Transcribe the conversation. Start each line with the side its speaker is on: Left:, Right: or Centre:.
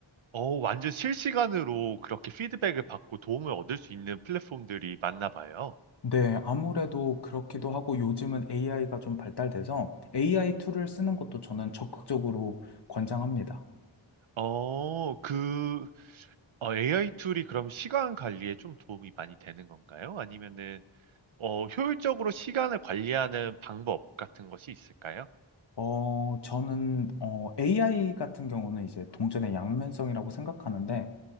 Right: 어, 완전 실시간으로 그렇게 피드백을 받고 도움을 얻을 수 있는 플랫폼들이 많나 봐요.
Left: 네, 아무래도 그렇기도 하고 요즘은 AI가 좀 발달돼서 AI
Right: 음.
Left: 툴을 쓰는 것도 저는 적극적으로 권장합니다.
Right: 어, 그, 어, AI 툴이 그럼 시간 관리에 좀 도움이 많이 되는 건가요? 아니면은, 어, 효율적으로 시간을 관리하는 방법 같은 것이 있을까요?
Left: 어, 저는, 어, AI 같은 경우는 이제 동전의 양면성이라고 생각하는데,